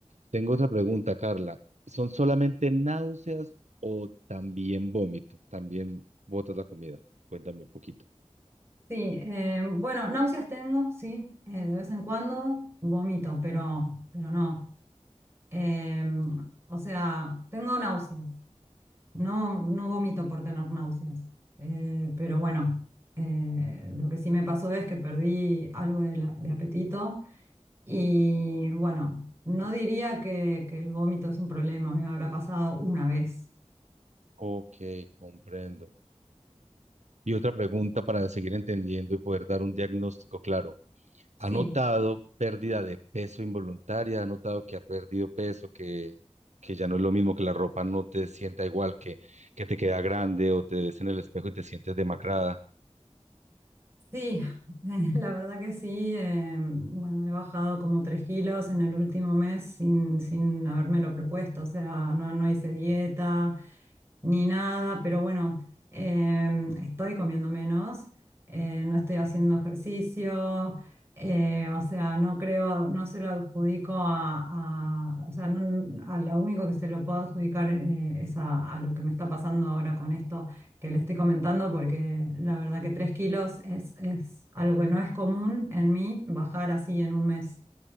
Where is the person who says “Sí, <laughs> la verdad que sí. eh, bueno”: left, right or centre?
Right